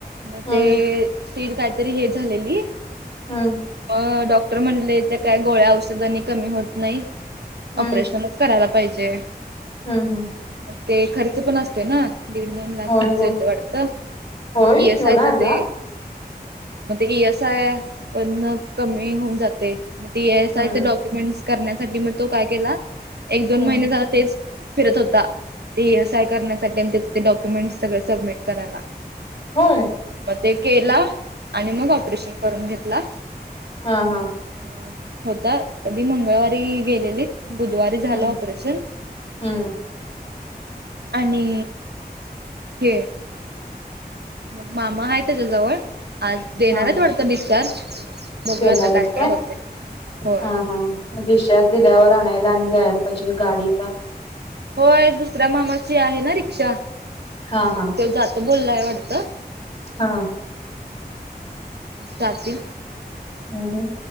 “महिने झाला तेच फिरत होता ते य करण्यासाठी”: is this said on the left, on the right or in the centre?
Right